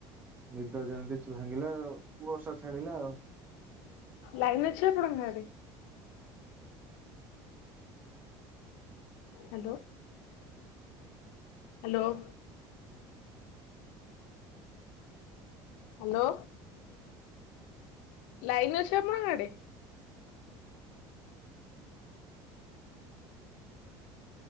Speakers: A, on the right; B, on the left.
A: ନିଦ ଯେମିତି ଚ ଭାଙ୍ଗିଲା ବର୍ଷା ଛାଡିଲା ଆଉ।
B: ଲାଇନ ଅଛି ଆପଣଙ୍କ ଗାଁରେ? Hello hello. ହ୍ୟାଲୋ। ଲାଇନ ଅଛି ଆପଣଙ୍କ ଆଡେ?